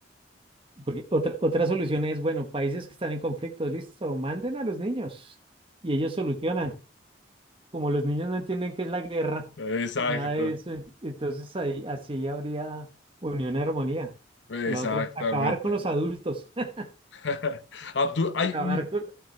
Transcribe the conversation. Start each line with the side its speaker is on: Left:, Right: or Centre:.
Right: Porque otra, otra solución es, bueno, países que están en conflicto, listo, manden a los niños y ellos solucionan. como los niños no entienden qué es la guerra
Left: Exacto.
Right: ni nada de eso, ent- entonces ahí así habría unión y armonía.
Left: Exactamente.
Right: La otra es acabar con los adultos, <laughs>
Left: <laughs> Abdul, hay
Right: acabar
Left: un,
Right: con,